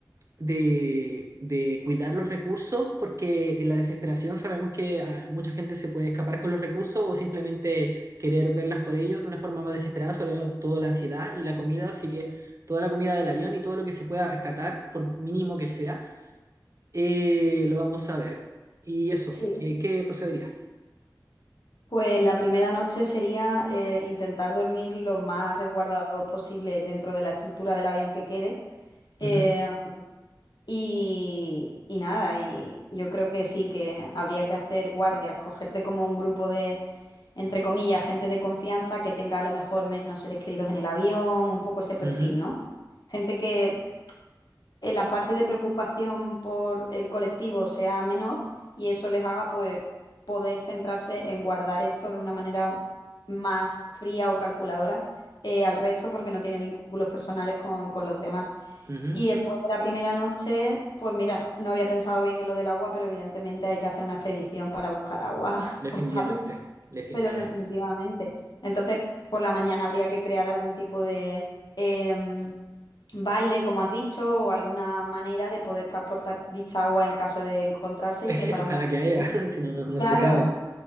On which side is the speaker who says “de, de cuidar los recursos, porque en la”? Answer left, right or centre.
Right